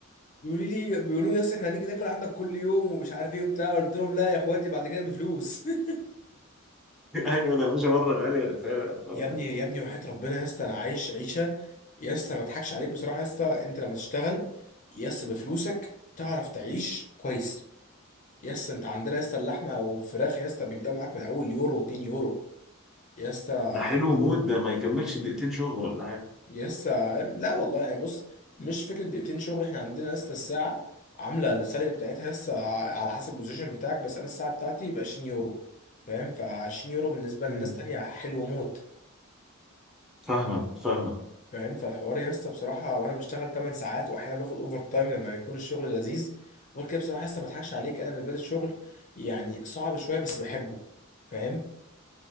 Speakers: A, on the left; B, in the centre.
A: يقولوا لي بيقولوا لي اصل احنا هنيجي ناكل عندك كل يوم ومش عارف ايه وبتاع قلت لهم لا يا اخواتي بعد كده بفلوس <laughs>
B: ايوه ده العيشه بره غاليه انا فاهم يا طارق.
A: يا ابني يا ابني وحياه ربنا لسه انا عايش عيشه لسه ما اضحكش عليك بصراحه لسه انت لما تشتغل لسه بفلوسك تعرف تعيش كويس يس انت عندنا يس اللحمه والفراخ يس بيبداوا معاك من اول يورو و2 يورو يسا
B: ده حلو موت ده ما يكملش دقيقتين شغل ولا حاجه
A: يسا لا والله يعني بص مش فكرة دقيقتين شغل احنا عندنا لسه الساعة عاملة السالري بتاعتها لسه على حسب البوزيشن بتاعك بس انا الساعة بتاعتي ب 20 يورو فاهم ف 20 يورو بالنسبة
B: مم.
A: لناس تانية حلو موت
B: فاهمك فاهمك
A: فاهم فالحوار يسا بصراحة وانا بشتغل 8 ساعات واحيانا باخد اوفر تايم لما يكون الشغل لذيذ غير كده بصراحة لسه ما اضحكش عليك انا بالنسبة لي الشغل يعني صعب شوية بس بحبه فاهم